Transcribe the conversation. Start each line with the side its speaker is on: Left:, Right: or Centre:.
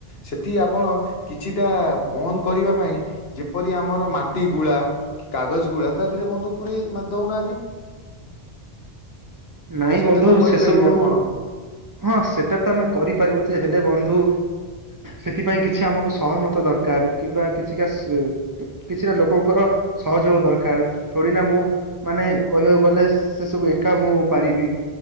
Left: ସେଠି ଆପଣ କିଛିଟା ବନ୍ଦ କରିବା ପାଇଁ ଯେପରି ଆମର ମାଟି ଗୁଳା କି କାଗଜ ଗୁଳା ତା ଦେହରେ ବଦ୍ଧୁ ପୁରି ମାନେ ଦଉନାହାନ୍ତି।
Right: ନାଇଁ
Left: ନନେ ସେଟା
Right: ବନ୍ଧୁ
Left: ତ କରିପାରିବେ
Right: ସେ ସବୁ
Left: ଆପଣ।
Right: ହଁ ସେଟା ତ ଆମେ କରିପାରିବୁ ଯେ ହେଲେ ବନ୍ଧୁ ସେଥିପାଇଁ କିଛି ଆମକୁ ସହମତ ଦରକାର। କିମ୍ବା କିଛି କା ସେ କ- କିଛିଟା ଲୋକଙ୍କର ସହଯୋଗ ଦରକାର। ଥଡିନା ମୁଁ ମାନେ କହିବାକୁ ଗଲେ ସେ ସବୁ ଏକା ମୁଁ ପାରିବି।